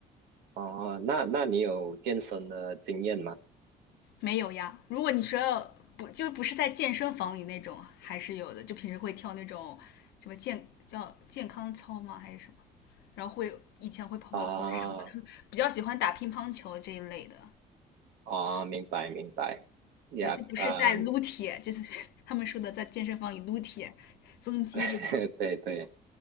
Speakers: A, on the right; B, on the left.
A: 哦，那那你有健身的经验吗？
B: 没有呀，如果你说不就不是在健身房里那种，还是有的，就平时会跳那种什么健叫健康操吗？还是什么？然后会以前会跑跑步什么的，
A: 啊
B: <laughs> 比较喜欢打乒乓球这一类的。
A: 啊，明白明白，呀，
B: 对，就不是在撸铁，
A: 嗯，
B: 就是 <laughs> 他们说的在健身房里撸铁、增肌这种。
A: <laughs> 对对，